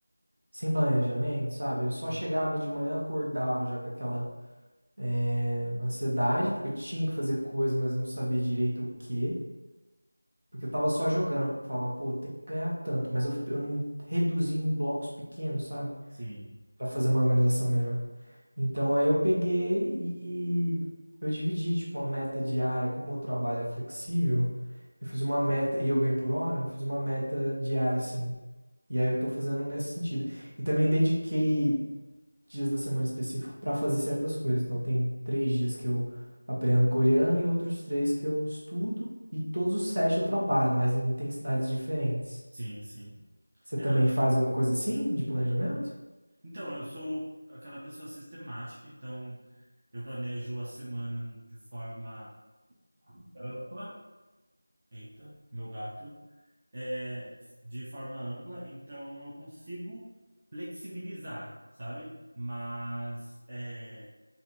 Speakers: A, on the right; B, on the right.
A: sem planejamento, sabe? Eu só
B: Sim,
A: chegava de manhã, acordava já com aquela eh, ansiedade, porque eu tinha que fazer coisa, mas eu não sabia direito o quê. Porque eu tava só jogando. Eu falava, pô, tem que ganhar tanto, mas eu, eu não reduzi em blocos pequenos, sabe?
B: sim,
A: Pra fazer uma organização melhor. Então aí eu peguei e eu dividi, tipo, uma meta diária. Como o trabalho é flexível, eu fiz uma meta, e eu ganho por hora, eu fiz uma meta diária, assim. E aí eu tô fazendo nesse sentido. E também dediquei dias da semana específico para fazer certas coisas. Então, tem três dias que eu aprendo coreano e outros três que eu estudo, e todos os sete eu trabalho, mas em intensidades diferentes.
B: sim, sim.
A: Você
B: É,
A: também
B: não, tem-
A: faz alguma coisa assim de planejamento?
B: Então, eu sou aquela pessoa sistemática, então eu planejo a semana de forma ampla. Eita, meu gato. É, de forma ampla, então eu consigo flexibilizar, sabe? Mas é,